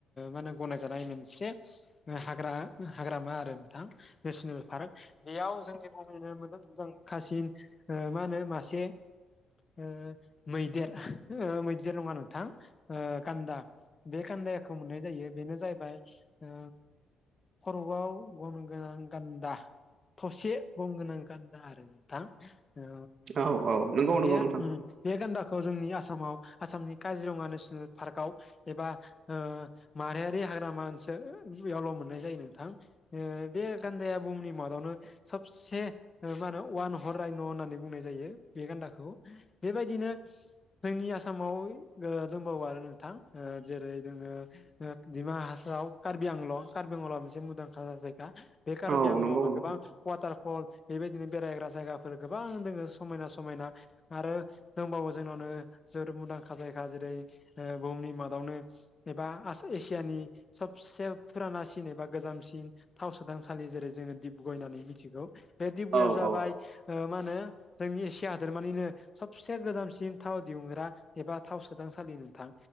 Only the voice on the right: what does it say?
औ औ नंगौ नंगौ
नोंथां
औ
नंगौ नोंथां
औ
औ